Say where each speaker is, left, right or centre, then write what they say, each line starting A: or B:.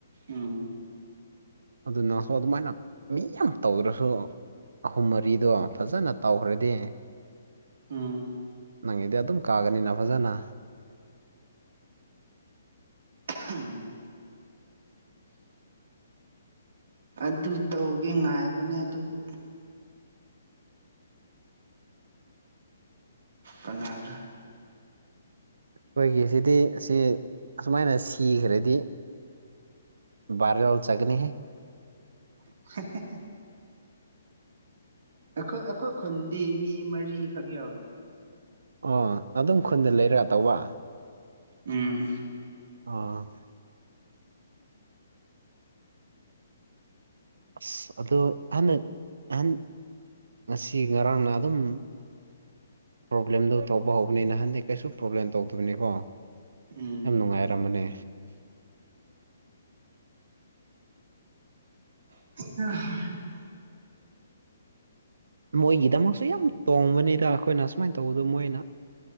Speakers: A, on the right; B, on the right.
A: ꯎꯝ
B: ꯑꯗꯨ ꯅꯪꯁꯨ ꯑꯗꯨꯃꯥꯏꯅ ꯃꯤ ꯌꯥꯝ ꯇꯧꯗ꯭ꯔꯁꯨ ꯑꯍꯨꯝ ꯃꯔꯤꯗꯣ ꯐꯖꯅ ꯇꯧꯈ꯭ꯔꯗꯤ
A: ꯎꯝ
B: ꯅꯪꯒꯤꯗꯤ ꯑꯗꯨꯝ ꯀꯥꯒꯅꯤꯅ ꯐꯖꯅ
A: ꯑꯍꯝ ꯑꯗꯨ ꯇꯧꯒꯦ ꯉꯥꯏꯕꯅꯦ ꯑꯗꯨꯕꯨ ꯀꯅꯔꯥ
B: ꯈꯣꯏꯒꯤꯁꯤꯗꯤ ꯑꯁꯤ ꯑꯁꯨꯃꯥꯏꯅ ꯁꯤꯈ꯭ꯔꯗꯤ ꯚꯥꯔꯦꯜ ꯆꯠꯒꯅꯤꯍꯦ
A: ꯍꯦ ꯍꯦ ꯍꯦ ꯑꯩꯈꯣꯏ ꯑꯈꯣꯏ ꯈꯨꯟꯗꯤ ꯃꯤ ꯃꯔꯤꯈꯛ ꯌꯥꯎꯋꯦ
B: ꯑꯣ ꯑꯗꯨꯝ ꯈꯨꯟꯗ ꯂꯩꯔꯒ ꯇꯧꯕ
A: ꯎꯝ
B: ꯑꯣ ꯑꯁ ꯑꯗꯣ ꯅꯍꯅ ꯑꯍꯟ ꯉꯁꯤ ꯉꯔꯥꯡꯅ ꯑꯗꯨꯝ ꯄ꯭ꯔꯣꯕ꯭ꯂꯦꯝꯗꯨ ꯊꯣꯛꯄ ꯍꯧꯕꯅꯤ ꯅꯍꯥꯟꯗꯤ ꯀꯩꯁꯨ ꯄ꯭ꯔꯣꯕ꯭ꯂꯦꯝ ꯇꯧꯗꯕꯅꯤꯀꯣ
A: ꯎꯝ
B: ꯌꯥꯝ ꯅꯨꯡꯉꯥꯏꯔꯝꯕꯅꯦ
A: <unintelligible>
B: ꯃꯣꯏꯒꯤꯗꯃꯛꯁꯨ ꯌꯥꯝ ꯇꯣꯡꯕꯅꯤꯗ ꯑꯈꯣꯏꯅ ꯁꯨꯃꯥꯏꯟ ꯇꯧꯕꯗꯨ ꯃꯣꯏꯅ